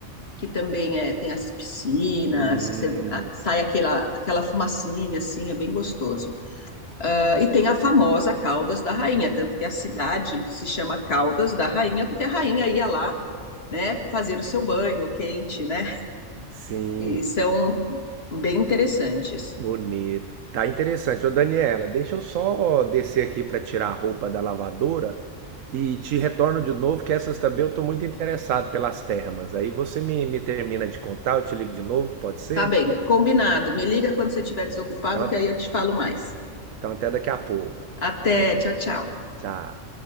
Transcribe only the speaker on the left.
que também é, tem as piscinas,
você- ah, sai aquela, aquela fumacinha, assim, é bem gostoso. Ah, E tem a famosa Caldas da Rainha, tanto que a cidade se chama Caldas da Rainha, porque a rainha ia lá, né, fazer o seu banho quente, né?
E são bem interessantes.
Tá bem, combinado. Me liga quando você estiver desocupado,
que aí eu te falo mais.
Até, tchau, tchau.